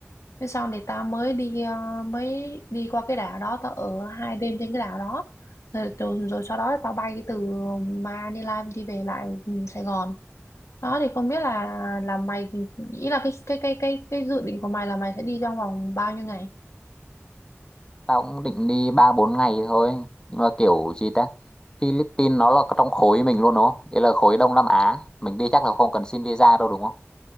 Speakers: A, on the left (about 85°); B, on the left (about 15°).
A: Thế xong thì tao mới đi ờ, mới đi qua cái đảo đó tao ở hai đêm trên cái đảo đó rồi, rồi, rồi sau đó tao bay từ Manila đi về lại ừ, Sài Gòn đó thì không biết là là mày nghĩ là cái cái cái cái cái dự định của mày là mày sẽ đi trong vòng bao nhiêu ngày
B: Tao cũng định đi 3 4 ngày thôi, nhưng mà kiểu gì ta? Philippines nó là trong khối mình luôn đúng không? Đấy là khối Đông Nam Á, mình đi chắc là không cần xin visa đâu đúng không?